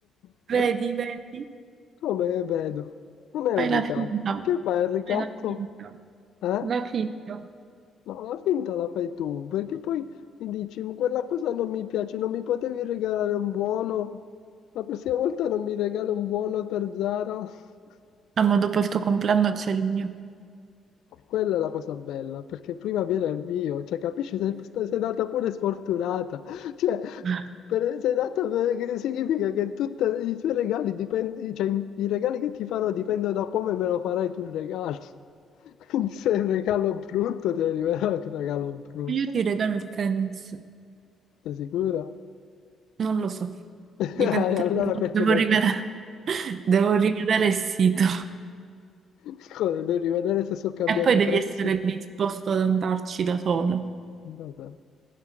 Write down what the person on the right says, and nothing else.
vedi, vedi.
Fai
la finta,
fai la finta.
La figlio.
Ah, ma dopo il tuo compleanno c'è il mio.
<laughs>
Io ti regalo il tennis.
Non lo so.
Diventerà
molto.
Devo
rivedere,
<laughs> devo rivedere il sito.
E poi
devi
essere disposto ad andarci da solo.